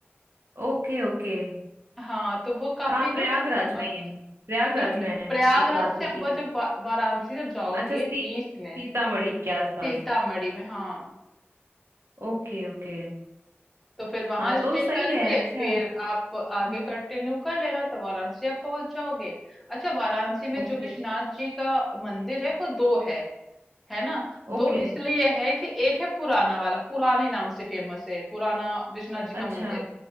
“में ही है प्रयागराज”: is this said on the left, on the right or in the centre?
Right